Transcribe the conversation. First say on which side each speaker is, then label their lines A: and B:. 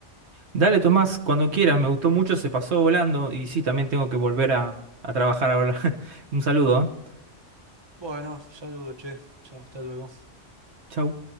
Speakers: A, on the right; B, on the right.
A: Dale, Tomás, cuando quieras, me gustó mucho, se pasó volando y sí, también tengo que volver a, a trabajar ahora. <laughs> Un saludo, ¿eh?
B: Bueno, saludos, che. Chao, hasta luego.
A: Chau.